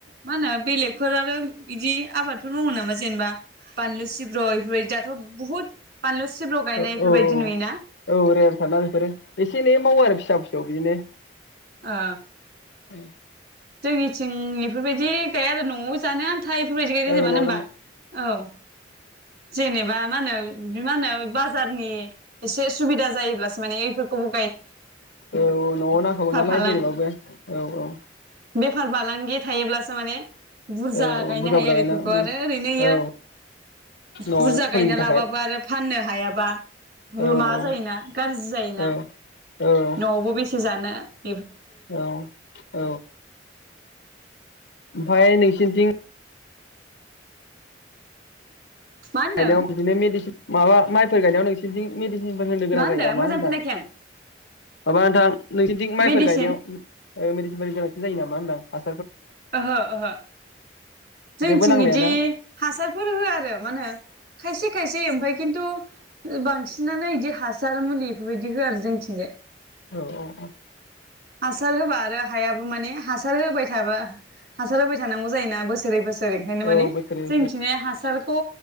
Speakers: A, on the right; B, on the left.
A: मा होनो बेलेगफोर आरो इदि आबादफोर मावो नामा जेनेबा बानलु सिब्र' इफोरबायदि दाथ' बुहुद। बानलु सिब्र' गायनाय
B: ओं
A: इफोरबायदि
B: औ
A: नुयोना।
B: औ औ रेयारथारना बेफोरो एसे एनै मावो आरो फिसा फिसौ बिदिनो।
A: ओ
B: <inaudible>
A: जोंनिथिं इफोरबायदि गाया आरो न'आव जानो था एफोरबायदि गायनाय
B: औ
A: जायो मानो
B: न'आव
A: होमबा
B: जानो
A: औ। जेनेबा मा होनो मा होनो बाजारनि एसे सुबिदा जायोब्लासो माने एफोरखौबो।
B: औ न'आव नांखागौ नालाय
A: फालां
B: जेनेबाबो औ औ
A: बेफार फालांगि थायोब्लासो माने बुरजा
B: औ
A: गायनो
B: बुरजा
A: हायो
B: बुरजा
A: आरो
B: गायना
A: बेफोरखौ
B: उम
A: आरो ओरैनो इयो
B: औ न'आव
A: बुरजा
B: सोलिनो
A: गायना
B: थाखाय
A: लाबाबो आरो फाननो नो हायाबा र
B: औ
A: माबा
B: औ
A: जायोना गाज्रि जायोना
B: औ औ
A: न'आवबो बेसे जान नो
B: औ औ ओमफाय नोंसिनिथिं <unintelligible>
A: मा होनदों
B: बिदिनो मेदिसिन। माबा माइफोर गायनायाव नोंस नोंसिनिथिं मेडिसिन बानायनो गोनां
A: मा होनदों
B: जायो नामा
A: मोजां
B: होनदां
A: खोनायाखै आं
B: माबा नोंथां नोंसिनिथिं माइफोर
A: मेडिसिन
B: गायनायाव ओ मेडिसनफोरनि गोनांथि जायो नामा होनदां आ
A: ओहो ओहो जोंथिं
B: जेबो नांलायाना
A: इदि हासारफोर होया आरो मा होनो खायसे खायसे होयो ओमफाय खिन्थु बांसिनानो इदि हासार मुलि बेफोरबायदि होआ आरो जोंथिंजाय
B: औ औ औ
A: हासार होबा आरो हायाबो माने हासार होबाय थाबा हासार होबाय थानांगौ जायोना बोसोरै बोसो सोर एखायनो
B: औ
A: माने
B: बोसोरै
A: जोंनिथिनिया हासारखौ